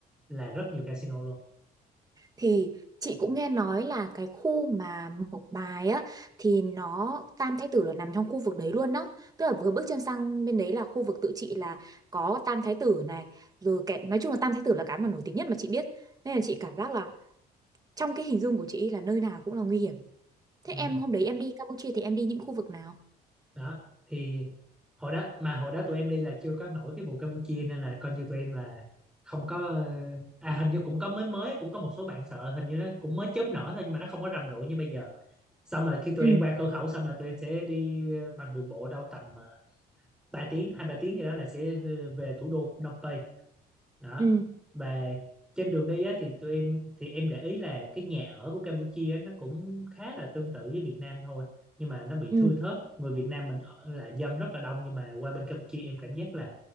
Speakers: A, in the centre; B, on the right.
A: là rất nhiều casino luôn
B: thì chị cũng nghe nói là cái khu mà Mộc Bài á thì nó Tam Thái Tử là nằm trong khu vực đấy luôn đó tức là vừa bước chân sang bên đấy là khu vực tự trị là có Tam Thái Tử này rồi cái nói chung là Tam Thái Tử là cái mà nổi tiếng nhất mà chị biết nên là chị cảm giác là trong cái hình dung của chị là nơi nào cũng là nguy hiểm thế
A: ừ.
B: em hôm đấy em đi Campuchia thì em đi những khu vực nào
A: đó thì hồi đó mà hồi đó tụi em đi là chưa có nổi cái vụ Campuchia nên là coi như tụi em là không có ờ, à hình như cũng có mới mới cũng có một số bạn sợ hình như nó cũng mới chớp nở thôi nhưng mà nó không có rầm rộ như bây giờ xong rồi khi tụi
B: ừ
A: em qua cửa khẩu xong là tụi em sẽ đi ờ, bằng đường bộ đâu tầm uh, 3 tiếng hai ba tiếng gì đó là sẽ ờ, về thủ đô Phnom Penh đó
B: ừ
A: và trên đường đi á, thì tụi em thì em để ý là cái nhà ở của Campuchia á, nó cũng khá là tương tự với Việt Nam thôi nhưng mà nó bị
B: ừ
A: thưa thớt người Việt Nam mình ở là dân rất là đông nhưng mà qua bên Campuchia em cảm giác là